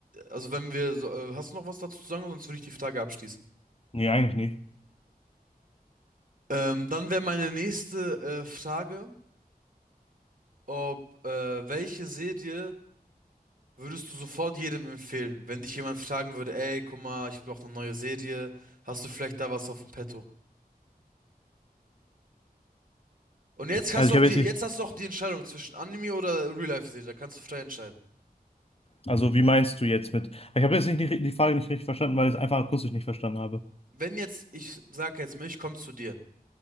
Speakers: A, on the right; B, on the left.
A: also wenn wir, so, äh, hast du noch was dazu zu sagen, sonst würde ich die Frage abschließen.
B: Nee, eigentlich nicht.
A: Ähm, dann wäre meine nächste äh, Frage, ob äh, welche Serie würdest du sofort jedem empfehlen, wenn dich jemand fragen würde, ey, guck mal, ich brauche eine neue Serie, hast du vielleicht da was auf dem Petto? Und jetzt hast
B: Also
A: du
B: ich
A: auch
B: habe
A: die,
B: jetzt
A: jetzt
B: nicht.
A: hast du auch die Entscheidung zwischen Anime oder Real-Life-Serie, da kannst du frei entscheiden.
B: Also, wie meinst du jetzt mit? Ich habe jetzt nicht die, die Frage nicht richtig verstanden, weil ich es einfach akustisch nicht verstanden habe.
A: Wenn jetzt, ich sag jetzt, ich komm zu dir